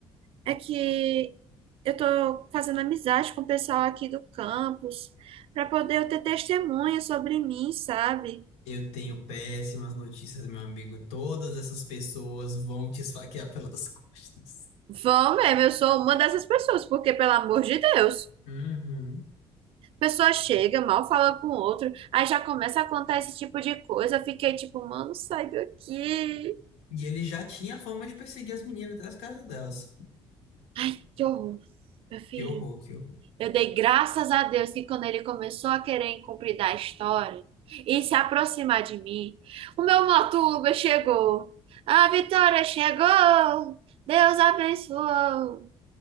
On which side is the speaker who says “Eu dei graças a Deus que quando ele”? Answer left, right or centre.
Right